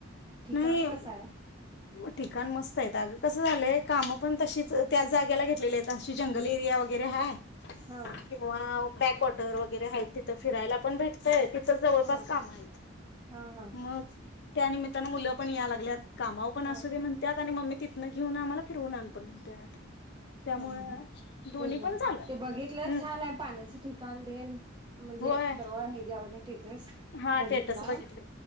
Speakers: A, on the right; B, on the left.
A: ठिकाण
B: नाही
A: कसं आहे.
B: ठिकाण मस् वैताग कसं झालंय कामं पण तशीच त्याच जागेला घेतलेली आहेत अशी जंगल एरिया वगैरे हाय
A: हा
B: किंवा बॅकवॉटर वगैरे हायत तिथं फिरायला पण भेटतय तर जवळपास
A: हा
B: काम हाईत
A: हा हा
B: मग त्या निमित्त मुलं पण याय लागल्यात कामाव पण
A: हा
B: असू दे म्हणतात आणि मम्मी तिथनं घेऊन आम्हाला फिरवून आण पण म्हणत्यात त्यामुळे
A: ह
B: दोन्ही
A: तेच बर
B: पण चालू आहे.
A: ते बघितलं
B: हम्म
A: छान आहे पाण्याचं ठिकाण देन म्हणजे
B: होय
A: बरवाळा हेच्यावरण स्टेटस
B: हा
A: बघितला
B: स्टेटस बघितले.